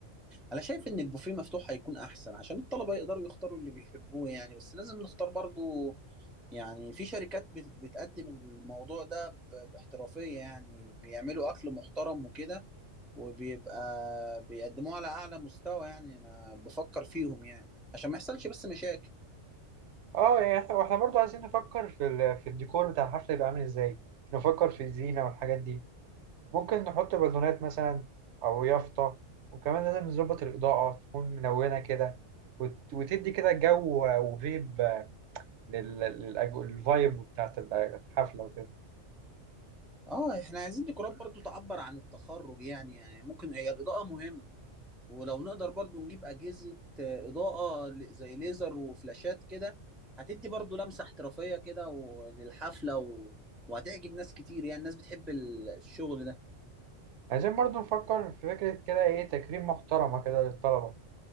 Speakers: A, in the centre; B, on the right.
A: انا شايف ان البوفيه مفتوح هيكون احسن عشان الطلبه يقدروا يختاروا اللي بيحبوه يعني بس لازم نختار برضو يعني في شركات بت- بتقدم الموضوع ده ب- باحترافيه يعني بيعملوا اكل محترم وكده وبيبقى بيقدموه على اعلى مستوى يعني انا بفكر فيهم يعني عشان ما يحصلش بس مشاكل
B: اه يعني إحنا- واحنا برضه عايزين نفكر في ال... في الديكور بتاع الحفلة يبقى عامل ازاي نفكر في الزينة والحاجات دي ممكن نحط بالونات مثلا أو يافطة وكمان لازم نظبط الإضاءة تكون منونة كده وت- وتدي كده جو وفيب لل- للأج- للفايب بتاعت الحفلة وكده
A: اه احنا عايزين ديكورات برضو تعبر عن التخرج يعني يعني ممكن هي الإضاءة مهمة ولو نقدر برضو نجيب أجهزة آه، إضاءة ل- زي ليزر وفلاشات كده هتدي برضو لمسة احترافية كده و- للحفلة و... وهتعجب ناس كتير يعني الناس بتحب ال- الشغل ده
B: عايزين برضو نفكر في فكرة كده إيه تكريم محترمة كده للطلبة